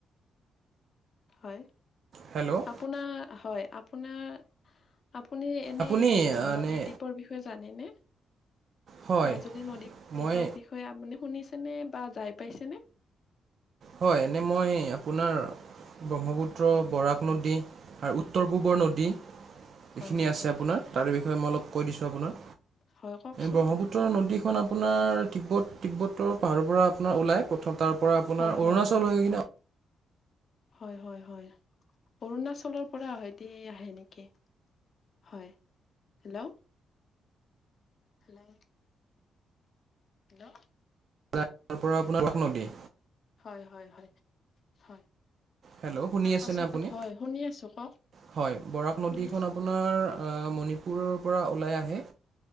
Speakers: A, on the left; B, on the right.
A: হয়
B: হেল্ল'
A: আপোনাৰ হয় আপোনাৰ আপুনি এনে
B: আপুনি
A: নদী
B: এনে
A: দ্বীপৰ বিষয়ে জানেনে
B: হয়
A: মাজুলী নদী দ্বীপৰ
B: মই
A: বিষয়ে মানে শুনিছেনে বা যাই পাইছেনে?
B: হয় এনে মই আপোনাৰ ব্ৰহ্মপুত্ৰ বৰাক নদী আৰু উত্তৰ পূবৰ
A: হয়
B: নদী
A: হয় হয়
B: এইখিনি
A: হয়
B: আছে
A: হয়
B: আপোনাৰ তাৰে বিষয়ে মই অলপ কৈ দিছোঁ আপোনাক।
A: হয় কওকচোন
B: ব্ৰহ্মপুত্ৰৰ নদী খন আপোনাৰ তিব্বত তিব্বতৰ পাহাৰৰ পৰা আপোনাৰ ওলাই প্ৰথম তাৰ পৰা আপোনাৰ
A: হয়
B: অৰুণাচল
A: হয় হয়
B: হৈ
A: হয়
B: কিনে
A: হয়
B: যায়
A: হয় হয় হয়। অৰুণাচলৰ পৰা হয় দ আহে নেকি হয়। হেল্ল' হেল্ল' হেল্ল'
B: তাৰ পৰা আপোনাৰ তাক নদী
A: হয় হয় হয়।
B: হেল্ল' শুনি
A: তাৰ
B: আছেনে
A: পাছত
B: আপুনি
A: হয় শুনি আছো কওক
B: হয় বৰাক নদীখন
A: শুনি আছো
B: আপোনাৰ মণিপুৰৰ পৰা ওলাই আহে।